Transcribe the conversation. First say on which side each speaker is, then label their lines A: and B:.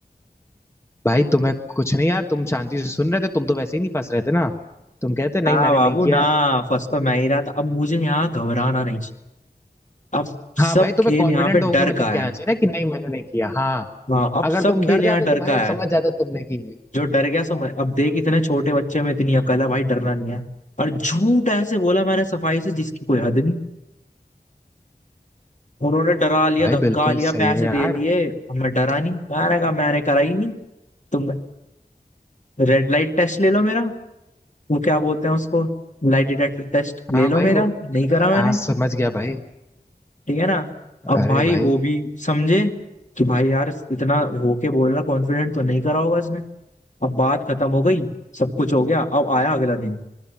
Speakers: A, on the left; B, on the left.
A: भाई तुम्हें कुछ नहीं यार तुम शांति से सुन रहे थे तुम तो वैसे ही नहीं फंस रहे थे ना तुम कहते नहीं
B: ना
A: मैंने
B: बाबू
A: नहीं किया
B: ना
A: है
B: फर्स्ट तो मैं ही रहा था अब मुझे यहाँ घबराना नहीं चाहिए अब
A: हाँ
B: सब
A: भाई तुम्हें
B: खेल
A: कॉन्फिडेंट
B: यहाँ पे
A: होके
B: डर
A: मतलब
B: का
A: कहना
B: है
A: चाहिए ना कि नहीं मैंने नहीं किया हाँ
B: हाँ अब
A: अगर
B: सब
A: तुम
B: खेल
A: डर जाते
B: यहाँ डर
A: तो भाई
B: का
A: वो
B: है
A: समझ जाते तुमने की नहीं
B: जो डर गया सो मर अब देख इतने छोटे बच्चे में इतनी अकल है भाई डरना नहीं है और झूठ ऐसे बोला मैंने सफाई से जिसकी कोई हद नहीं उन्होंने डरा लिया
A: भाई
B: धमका
A: बिल्कुल
B: लिया
A: सही
B: पैसे
A: है यार
B: दे लिए अब मैं डरा नहीं मैंने कहा मैंने करा ही नहीं तुम रेड लाइट टेस्ट ले लो मेरा वो क्या बोलते हैं उसको लाइट डिटेक्टर टेस्ट
A: हाँ
B: ले लो
A: भाई
B: मेरा
A: वो
B: नहीं करा मैंने
A: हाँ समझ गया भाई
B: ठीक है ना अब
A: अरे
B: भाई
A: भाई
B: वो भी समझे कि भाई यार इतना होके बोल रहा कॉन्फिडेंट तो नहीं करा होगा इसने अब बात खत्म हो गई सब कुछ हो गया अब आया अगला दिन